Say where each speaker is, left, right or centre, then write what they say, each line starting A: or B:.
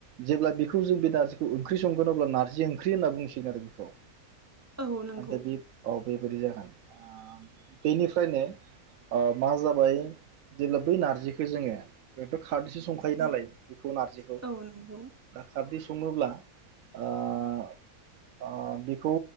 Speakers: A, on the right; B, on the right.
A: जेब्ला बिखौ जों बे नारजिखौ ओं ख्रि संगोन अब्ला नारजि ओंख्रि होनना बुंसिगोन आरो बिखौ।
B: औ नंगौ
A: आगदा दीप औ बेबादि जागोन ओ बेनिफ्रायनो ओ मा जाबाय जेब्ला बै नारजिखौ जोङो खारदैसो संखायो
B: औ
A: नालाय बेखौ नारजिखौ
B: औ नंगौ
A: खार दिस संङोब्ला ओ-ओ बेखौ